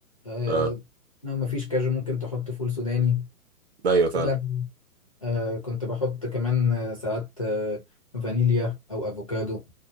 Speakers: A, on the left; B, on the right.
A: آه
B: اه
A: لو مفيش كاجو ممكن تحط فول سوداني
B: ايوه فعلا
A: لبن آه كنت بحط كمان آه، ساعات آه فانيليا أو أفوكادو